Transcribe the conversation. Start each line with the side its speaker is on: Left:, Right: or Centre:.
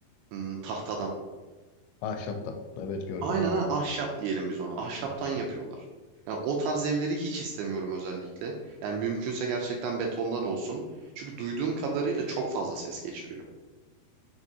Right: Hmm, tahtadan.
Left: Ahşaptan. Evet gördüm
Right: Aynen
Left: onları.
Right: ha ahşap diyelim biz ona. Ahşaptan
Left: Hı hı.
Right: yapıyorlar. Yani o tarz evleri hiç istemiyorum özellikle. Yani mümkünse gerçekten betondan olsun. Çünkü duyduğum kadarıyla çok fazla ses geçiriyor.